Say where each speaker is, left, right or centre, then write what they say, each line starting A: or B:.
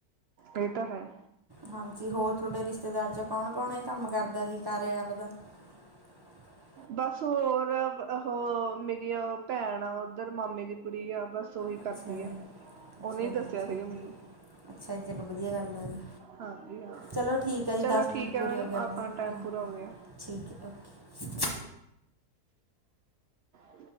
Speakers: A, on the right; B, on the right.
A: ਇਹ ਤਾਂ ਹੈ।
B: ਹਾਂਜੀ ਹੋਰ ਤੁਹਾਡੇ ਰਿਸ਼ਤੇਦਾਰ 'ਚ' ਕੌਣ-ਕੌਣ ਇਹ ਕੰਮ ਕਰਦਾ, 'ਕਾਰਿਆ' ਐਪ ਦਾ। ' <inaudible>
A: ਬੱਸ ਹੋਰ ਉਹ ਮੇਰੀ ਆ ਭੈਣ ਆ ਉੱਧਰ ਮਾਮੇ ਦੀ ਕੁੜੀ ਆ ਬੱਸ। ਸੋਹੀ
B: ਅੱਛਾ
A: ਕਰਦੀ
B: ਜੀ
A: ਆ
B: ਅੱਛਾ
A: ਉਹਨੇ ਹੀ
B: ਜੀ
A: ਦੱਸਿਆ
B: ਅੱਛਾ
A: ਸੀਗਾ ਮੈਨੂੰ।
B: ਅੱਛਾ ਜੀ, ਚਲੋ ਵਧੀਆ ਗੱਲ ਆ ਜੀ।
A: ਹਾਂਜੀ ਹਾਂ,
B: ਚਲੋ ਠੀਕ ਆ ਜੀ
A: ਚਲੋ
B: ਦਸ
A: ਠੀਕ
B: ਮਿੰਟ
A: ਹੈ
B: ਪੂਰੇ
A: ਮੈਡਮ
B: ਹੋ ਗਏ ਆਪਣੇ
A: ਆਪਣਾ ਟਾਈਮ
B: ਹਾਂ
A: ਪੂਰਾ ਹੋ ਗਿਆ।
B: ਠੀਕ ਐ, ਓਕੇ।
A: ' <inaudible>